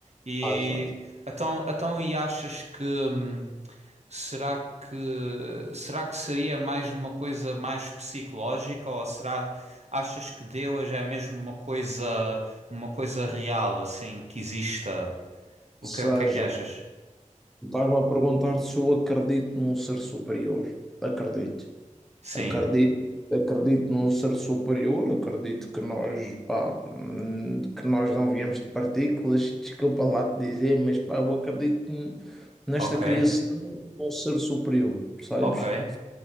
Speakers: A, on the right; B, in the centre.
A: E
B: achas?
A: então, então e achas que hum, será que será que seria mais uma coisa mais psicológica ou será achas que Deus é mesmo uma coisa uma coisa real assim que exista? O
B: Ou seja,
A: que, o que é que achas?
B: tu estás-me a perguntar se eu acredito num ser superior. Acredito.
A: Sim,
B: Acredito, acredito num ser superior, acredito que nós, pá, hum, que nós não viemos de partículas, desculpa lá te dizer, mas pá, eu acredito n- nesta
A: ok,
B: criação de um ser superior, percebes?
A: ok.